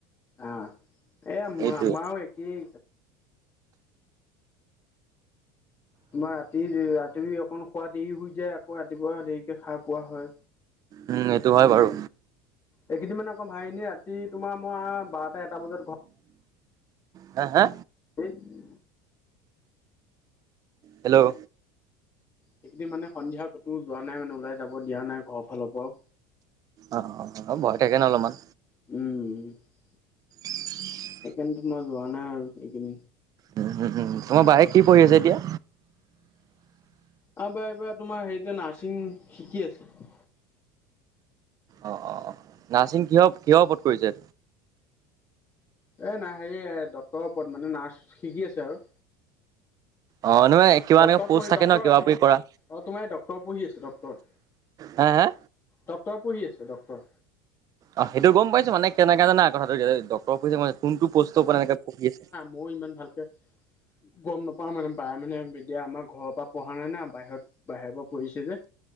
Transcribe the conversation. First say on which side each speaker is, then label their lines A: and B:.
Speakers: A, on the left (about 30°); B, on the right (about 40°).
A: আহ, এ' মই
B: এইটোৱে
A: আমাৰও একেই তোমাৰ ৰাতি- ৰাতি অকন শুৱা দেৰি হৈ যায় আকৌ ৰাতিপুৱা দেৰিকে সাৰ পোৱা হয়।
B: উম, সেইটো হয় বাৰু
A: এইকেইদিন মানে অকৌ <unintelligible> ৰাতি তোমাৰ মই বাৰটা এটা বজাত ঘৰত
B: হা হা
A: <inaudible>
B: হেল্ল'?
A: সেইখিনি মানে সন্ধিয়া ক'তো যোৱা নাই মানে, ওলাই যাব দিয়া নাই ঘৰ ফালৰ পৰাও।
B: অঁ অঁ ভয় থাকে ন অলপমান।
A: উম। উম
B: <unintelligible>
A: সেইকাৰণেতো মই যোৱা নাই আৰু এইকেদিন।
B: উম, উম, উম, তোমাৰ বাইয়ে কি পঢ়ি আছে এতিয়া?
A: আমাৰ বায়ে এইবাৰ তোমাৰ হেৰিতো নাৰ্ছিং শিকি আছে।
B: অ', অ', অ', নাৰ্ছিং কিহৰ কিহৰ ওপৰত কৰিছে?
A: এ নাই হেৰি ডক্তৰ ওপৰত মানে নাৰ্ছ শিকি আছে আৰু
B: অ', নহয় কিবা
A: ডক্টৰ
B: এনেকুৱা প'ষ্ট
A: পঢ়ি
B: থাকে
A: ডক্টৰ
B: ন কিবা
A: অ',
B: কিবি কৰা
A: অ', তোমাৰ ডক্টৰ পঢ়ি আছো ডক্টৰ
B: হা হা
A: ডক্টৰ পঢ়ি আছে ডক্টৰ।
B: অ', সেইটো গম পাইছো মানে কেনেকা জানা কথাটো ডক্টৰ পঢ়িছে কোনটো পষ্টৰ পৰা এনেকে পঢ়ি আছে।
A: মইও ইমান ভালকে গম নাপাওঁ মানে বা মানে এতিয়া আমাৰ ঘৰৰ পা পঢ়া নাই না বাহিৰত বাহিৰ পা পঢ়িছে যে